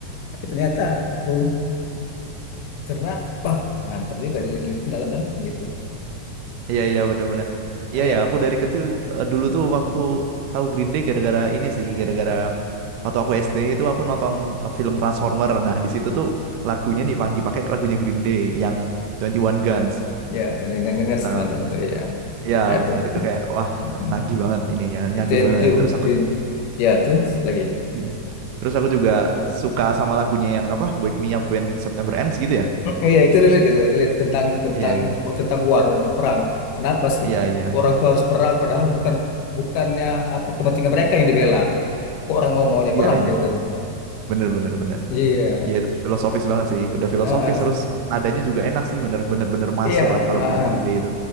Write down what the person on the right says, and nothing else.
Iya iya bener-bener. Iya
ya aku dari kecil eh, dulu tuh waktu tahu Green Day gara-gara ini sih gara-gara waktu aku SD itu aku nonton eh, film Transformer. Nah di situ tuh lagunya nih Bang, dipakai ke lagunya Green Day yang Twenty One Guns.
Eh,
ya
bener itu kayak wah
nagih banget ininya nyandu
banget.
Terus aku
mm. terus aku juga suka sama lagunya yang apa Wake Me Up When September Ends gitu ya.
Iya iya
iya iya
iya
iya
bener bener bener.
Ya, itu filosofis banget sih. Udah filosofis
terus nadanya juga enak sih, bener-bener bener masuk
lah kalau
buat Green Day itu.